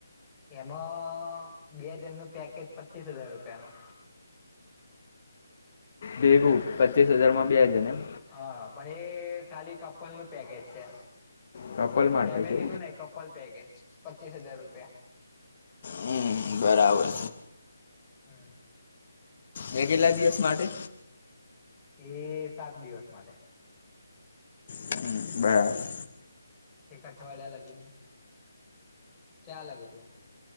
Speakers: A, on the left (about 15°); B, on the left (about 45°).
A: એમાં બેજણ ન પેકેજ પચીસ હજાર રૂપિયા નું.
B: ભેગુ પચીસ હજાર માં બે હજાર એમ
A: હા પણ એ ખાલી કપલ નું પેકેજ છે
B: કપલ માટે
A: ફેમિલી
B: છે
A: નું ને કપલ પેકેજ પચીસ હજાર રૂપિયા
B: હું બરાબર
A: હમ
B: હે કેટલા દિવસ માટે
A: એ સાત દિવસ માટે.
B: હમ બરાબર
A: એક અઠવાડિયા લાગી ને ચાલે બધું.